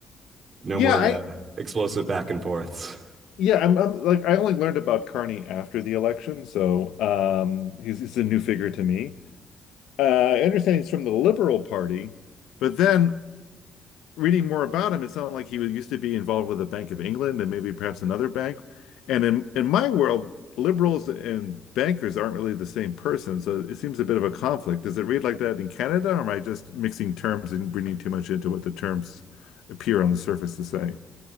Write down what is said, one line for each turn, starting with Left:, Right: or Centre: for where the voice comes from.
Right: No
Left: Yeah,
Right: more
Left: I
Right: uh, explosive back and forths.
Left: yeah, I'm, I'm like I only learned about Carney after the election, so um he's, he's a new figure to me. Uh I understand he's from the Liberal Party, but then reading more about him, it sounded like he was used to be involved with the Bank of England and maybe perhaps another bank. And in in my world, liberals and bankers aren't really the same person, so it seems a bit of a conflict. Does it read like that in Canada, or am I just mixing terms and reading too much into what the terms appear on the surface to say?